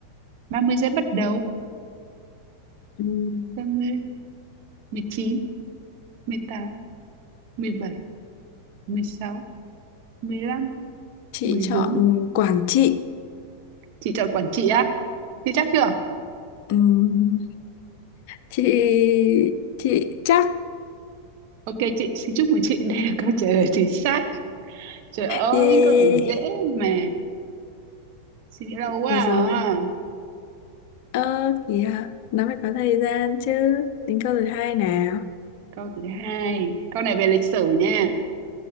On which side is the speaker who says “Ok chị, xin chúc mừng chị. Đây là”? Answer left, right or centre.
Right